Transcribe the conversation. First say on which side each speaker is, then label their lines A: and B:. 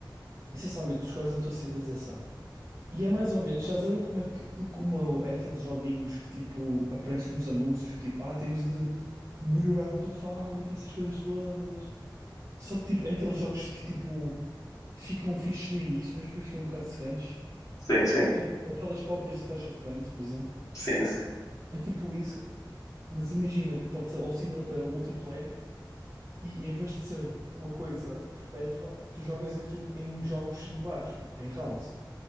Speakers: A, on the right; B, on the left.
A: essencialmente, tu escolhes a tua civilização. E é mais ou menos, já saber como é que como é aqueles joguinhos que tipo aparecem nos anúncios que tipo, ah, tens de melhorar a tua fábrica, essas coisas todas. Só que tipo, é aqueles jogos que tipo ficam fixes no início, mas depois ficam um bocado secantes.
B: Sim, sim,
A: Tipo aquelas cópias de Clash of Clans, por exemplo.
B: sim, sim,
A: É tipo isso, mas imagina que pode ser ou single player ou multiplayer, e em vez de ser uma coisa perpétua, tu jogas aquilo em jogos singulares, tipo em rounds.